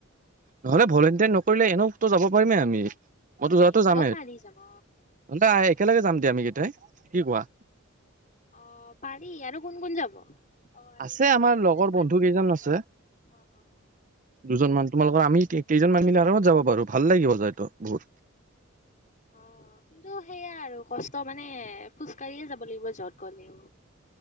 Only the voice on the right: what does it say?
নহ'লে ভলেণ্টিয়াৰ নকৰিলে এনেওতো যাব পাৰিমে আমি। মইতো
যোৱাতো
যামেই
নহ'লে একেলগে যাম দিয়া আমি কেইটাই। কি কোৱা
আছে
আমাৰ
লগৰ
বন্ধু কেইজন
আছে,
দুজন মান তোমালোকৰ আমি কেইজন মান মিলি আৰামত যাব পাৰো ভাল লাগিব। যাইতো বহুত।